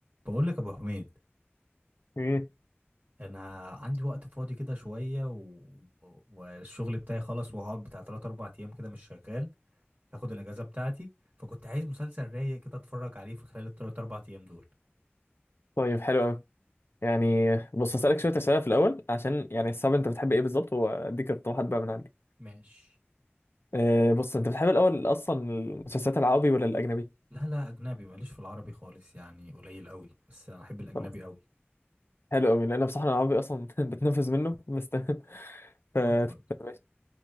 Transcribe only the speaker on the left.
مم.
طيب حلو قوي يعني بص هسألك شوية أسئلة في الأول عشان يعني الصعب أنت بتحب إيه بالظبط وأديك اقتراحات بقى من عندي
أه بص أنت بتحب الأول أصلا المسلسلات العربي ولا الأجنبي؟
خلاص
حلو قوي لأن بصراحة أنا العربي أصلا <laughs> بتنفذ منه بس تمام <laughs> ف
ماشي.